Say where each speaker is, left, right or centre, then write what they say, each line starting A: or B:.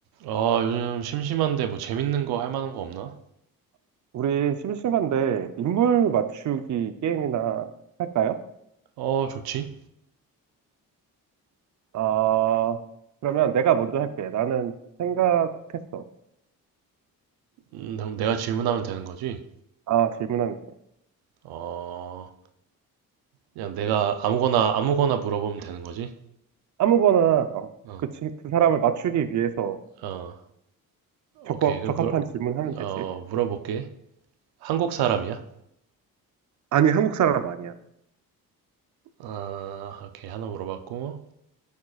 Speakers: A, on the right; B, on the right.
A: 아, 요즘 심심한데 뭐 재밌는 거 할 만한 거 없나?
B: 우리 심심한데 인물 맞추기 게임이나 할까요?
A: 어, 좋지.
B: 아, 그러면 내가 먼저 할게. 나는 생각했어.
A: 음, 그럼 내가 질문하면 되는 거지?
B: 아, 질문하면 돼.
A: 어, 그냥 내가 아무거나, 아무거나 물어보면 되는 거지?
B: 아무거나, 어,
A: 어,
B: 그, 치- 그 사람을 맞추기 위해서
A: 어,
B: 적,
A: 오케이. 그럼
B: 적합한
A: 물어,
B: 질문하면
A: 어,
B: 되지.
A: 물어볼게. 한국 사람이야?
B: 아니, 한국 사람 아니야.
A: 아, 오케이. 하나 물어봤고.